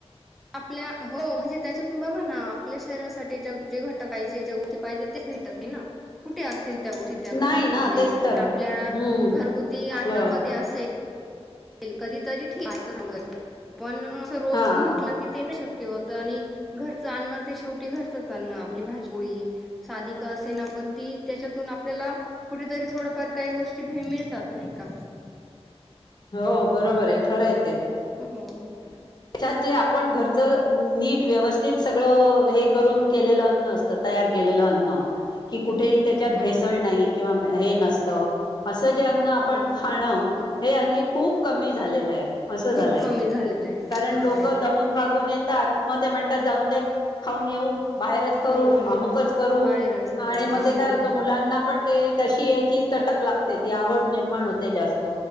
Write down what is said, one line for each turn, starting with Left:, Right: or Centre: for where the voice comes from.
Centre: आपल्या हो म्हणजे त्याच्यातून बघा ना आपल्या शरीरासाठी ज जे घटक ज्या गोष्टी हव्या आहेत पाहिजे ते मिळत नाही- ना कुठे असतील त्या गोष्टी त्या घटकांमध्ये
Left: नाही ना तेच तर
Centre: आपल्या
Left: हम्म
Centre: घरगुती अन्नामध्ये
Left: ह
Centre: असेल कधी तरी ठीक सांग पण अस रोज
Left: हा हा
Centre: म्हटलं की ते किंत आणि घरचं अ्ण ते शेवटी घरचंच आणण आपली भाजपोळी साधी का असे ना पण ती त्याच्यातून आपल्याला कुठेतरी थोडफार काही गोष्टी मिळतात नाही का?
Left: हो बरोबर आहे खरं य ते
Centre: हो हो
Left: त्याच्यात
Centre: असं
Left: जे आपण घरचं नीट व्यवस्थित सगळं हे करून केलेलं अन्न असतं तयार केलेलं अन्न क कुठेही त्याच्यात
Centre: हो
Left: भेसळ नाही किंवा हे नसत असं जे अन्न आपण
Centre: हो
Left: खाण
Centre: हो हो
Left: हे अ खूप कमी झालेलं आहे असं झालंय
Centre: खूप कमी झालेलं आहे
Left: कारण
Centre: बरोबर
Left: लोक
Centre: आहे.
Left: दमून भागून येतात मग ते म्हणतात जाऊन देत खाऊन येऊ बाहेरच करू
Centre: हो हो
Left: अमुकच करू
Centre: बाहेरच करू
Left: आणि मग
Centre: हो
Left: ते काय होतं
Centre: हो
Left: मुलांना पण ते तशी याची चटक लागते ती आवड निर्माण होते जास्त